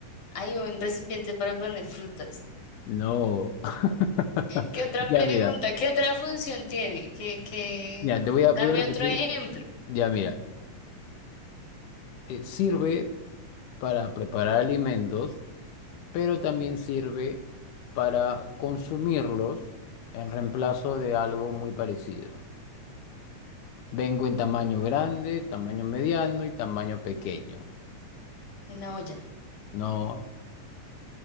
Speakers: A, on the left (about 65°); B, on the left (about 85°).
A: hay un recipiente para poner frutas.
B: no. <laughs>
A: ¿Qué otra
B: Ya
A: pregunta?
B: mira,
A: ¿Qué otra función tiene? ¿Qué, qué?
B: ya te voy a, voy
A: Dame
B: a repetir.
A: otro ejemplo.
B: Ya mira, eh, sirve para preparar alimentos, pero también sirve para consumirlos en reemplazo de algo muy parecido. Vengo en tamaño grande, tamaño mediano y tamaño pequeño.
A: Una olla,
B: No,